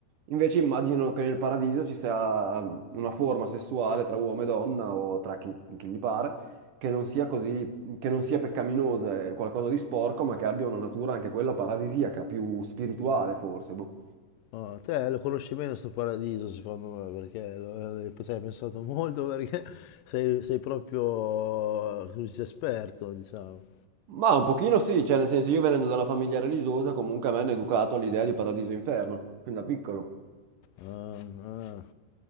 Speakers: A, on the right; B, on the left.
A: Invece immagino che nel paradiso ci sia mm, una forma sessuale tra uomo e donna o tra chi, chi gli pare, che non sia così, che non sia peccaminosa, è qualcosa di sporco, ma che abbia una natura anche quella paradisiaca, più spirituale forse. boh.
B: Oh, te lo conosci meno sto paradiso secondo me perché lo- eh, ci hai pensato molto perché <laughs> sei, sei proprio eh, come si dice, esperto diciamo.
A: Ma un pochino sì, cioè nel senso io venendo da una famiglia religiosa comunque mi hanno educato all'idea di paradiso e inferno, fin da piccolo.
B: Ah, ah.